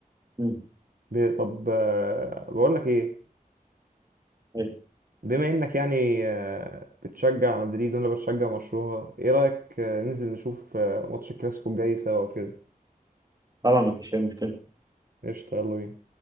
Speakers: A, on the right; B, on the right.
A: مم.
B: ب- طب آه، بقول لك ايه
A: أيوه.
B: بما انك يعني آه، بتشجع مدريد وانا بشجع برشلونة ايه رأيك آه، ننزل نشوف آه، ماتش الكلاسيكو الجاي سوا وكده
A: طبعا ما فيش أي مشكلة
B: قشطة يلا بينا